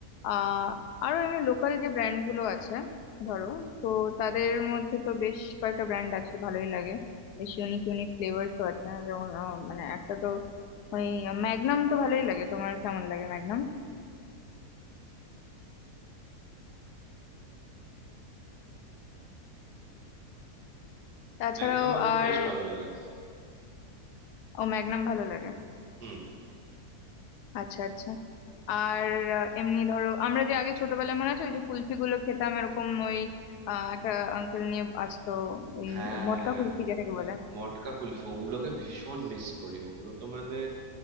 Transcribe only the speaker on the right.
ম্যাগনাম আমার
বেশ ভালো লাগে
হুম
হ্যাঁ
মটকা কুলফি ওগুলোকে ভীষণ মিস করি ওগুলো তো মানে